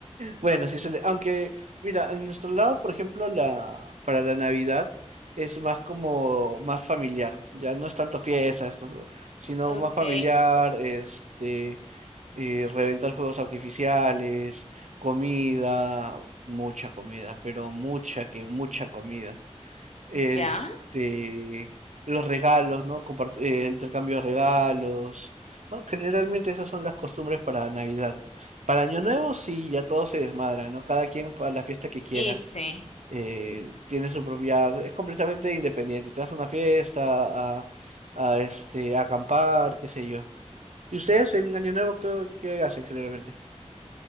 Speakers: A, on the right; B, on the left.
A: bueno, sí suele. Aunque, mira, en nuestro lado, por ejemplo, la para la Navidad es más como más familiar. Ya no es tanto fiestas, o- sino
B: Ok,
A: más familiar, este, eh, reventar fuegos artificiales, comida, mucha comida, pero mucha que mucha comida. este,
B: ya,
A: los regalos, ¿no? Compart- eh, intercambio de regalos, ¿no? Generalmente esas son las costumbres para Navidad. Para Año Nuevo sí, ya todo se desmadra, ¿no? Cada quien para la fiesta que quiera.
B: hice.
A: eh, tiene su propia, es completamente independiente. Te das una fiesta, a, a, este, a acampar, qué sé yo. ¿Y ustedes en Año Nuevo qué, qué hacen generalmente?